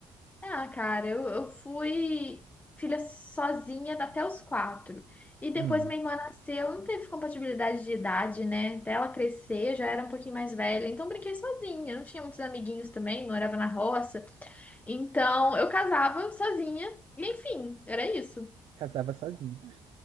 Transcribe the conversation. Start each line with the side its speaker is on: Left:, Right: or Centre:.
Left: Ah, cara, eu, eu fui filha sozinha até os quatro. E depois
Right: Hum.
Left: minha irmã nasceu, não teve compatibilidade de idade, né? Até ela crescer, eu já era um pouquinho mais velha. Então, eu brinquei sozinha. Não tinha muitos amiguinhos também, morava na roça. Então, eu casava sozinha. E, enfim, era isso.
Right: Casava sozinha.